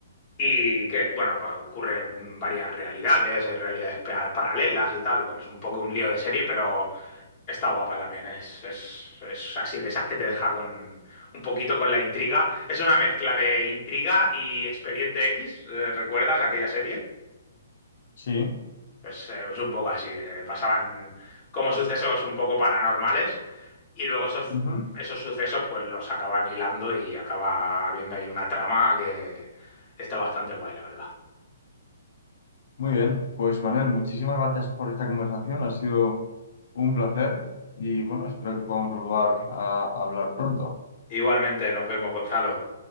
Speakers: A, on the left; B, on the left.
A: Y que, bueno, pues, ocurren varias realidades, hay realidades pa- paralelas y tal. Bueno, es un poco un lío de serie, pero está guapa también. Es, es, es así de esas que te deja con un poquito con la intriga. Es una mezcla de intriga y Expediente X. eh, ¿Recuerdas aquella serie?
B: Sí,
A: Pues eh, es un poco así. eh, pasaban como sucesos un poco paranormales y luego esos,
B: ujú.
A: esos sucesos pues los acaban hilando y acaba habiendo ahí una trama que está bastante guay, la verdad.
B: Muy bien. Pues Manuel, muchísimas gracias por esta conversación, ha sido un placer y bueno, espero que podamos volver a a hablar pronto.
A: Igualmente, nos vemos, Gonzalo.